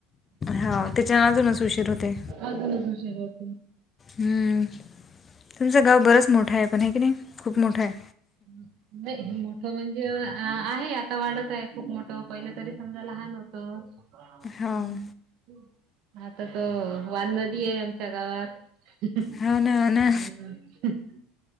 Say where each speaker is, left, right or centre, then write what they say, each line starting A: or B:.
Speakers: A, on the left; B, on the right.
A: हा त्याच्या अजूनच उशीर होते.
B: अजूनच उशीर हो
A: हम्म तुमचं गाव बरच मोठं आहे पण आहे की नाही खूप मोठं आहे
B: हम्. नाही मोठं म्हणजे आहे आता वाढत आहे खूप मोठं पहिले तरी समजाय लहान होत. ह होता
A: हो
B: आता त वन नदी आहे आमच्या गावात हम्.
A: हो ना, हो ना.